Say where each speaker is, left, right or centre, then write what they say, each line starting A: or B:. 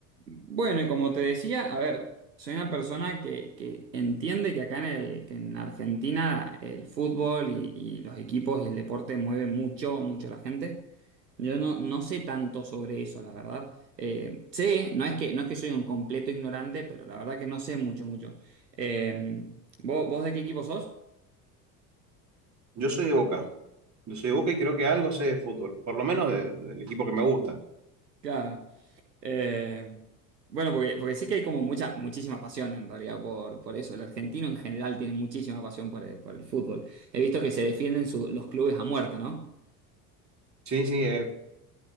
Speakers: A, on the right; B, on the right.
A: Bueno, y como te decía, a ver, soy una persona que, que entiende que acá en el, que en Argentina el fútbol y, y los equipos y el deporte mueven mucho, mucho a la gente. Yo no, no sé tanto sobre eso, la verdad. Eh, sé, no es que, no es que soy un completo ignorante, pero la verdad que no sé mucho, mucho. Eh, ¿vos, vos de qué equipo sos?
B: Yo soy de Boca. Yo soy de Boca y creo que algo sé de fútbol, por lo menos de- del equipo que me gusta.
A: Claro. Eh, bueno, porque, porque sé que hay como mucha, muchísima pasión en realidad por, por eso. El argentino en general tiene muchísima pasión por el, por el fútbol. He visto que se defienden su- los clubes a muerte, ¿no?
B: Sí, sí, es,